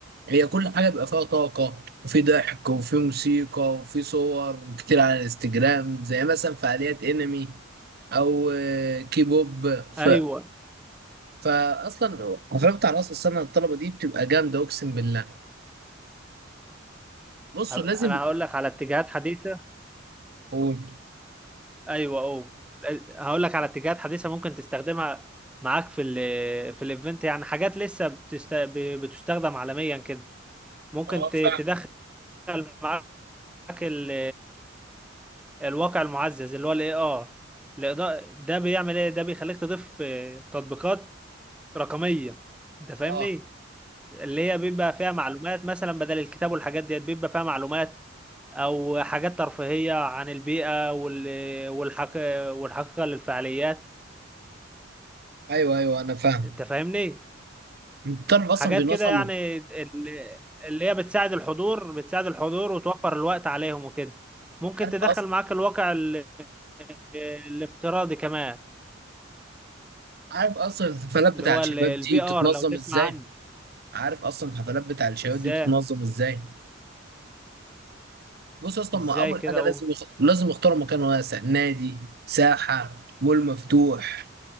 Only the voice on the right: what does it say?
هي كل حاجه بيبقى فيها طاقه وفي ضحك وفي موسيقى وفي صور كتير على الانستجرام زي مثلا فعاليات انمي او آه، كيبوب ف...
فاصلا حفلات بتاع راس السنه الطلبه دي بتبقى جامده اقسم بالله بصوا
لازم
اقول
اه
فاهم
اه
ايوه ايوه انا فاهم
انت تعرف
اصلا بينظم
عارف
اصلا
عارف اصلا الحفلات
بتاع
الشباب
دي بتتنظم
ازاي
عارف اصلا الحفلات بتاع الشباب
دي بتتنظم ازاي بص اصلا
ما اول
حاجه
لازم يخ... لازم يختاروا مكان واسع نادي ساحه مول مفتوح